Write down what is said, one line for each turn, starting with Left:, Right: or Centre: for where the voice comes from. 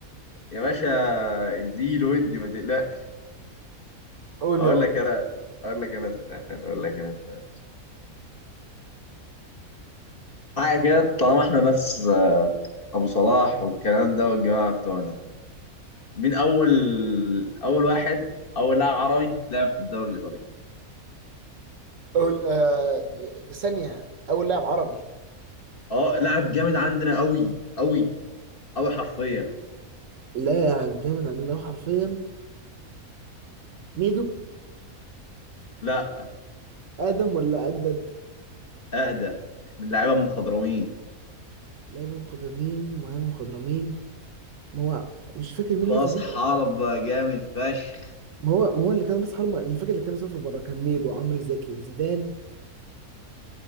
Left: يا باشا اديله ودي ما تقلقش
Right: قول
Left: اقول
Right: يلا
Left: لك انا اقول لك انا سؤال اقول لك انا سؤال حاجه كده طالما احنا ناس ابو صلاح والكلام ده والجماعه بتوعنا مين اول اول واحد اول لاعب عربي لعب في الدوري الايطالي
Right: قول آه ثانيه اول لاعب عربي
Left: اه لاعب جامد عندنا قوي قوي قوي حرفيا
Right: لاعب جامد عندنا أوي حرفيا ميدو
Left: لا
Right: ادم ولا اجدد
Left: اقدم من لعيبه المخضرمين
Right: لاعب مخضرمين معايا مخضرمين ما هو مش فاكر مين اللي
Left: راس
Right: في الدوري
Left: حربة جامد فشخ
Right: ما هو ما هو اللي كان راس حربة اللي فاكر اللي كان سافر بره كان ميدو وعمرو زكي وزيدان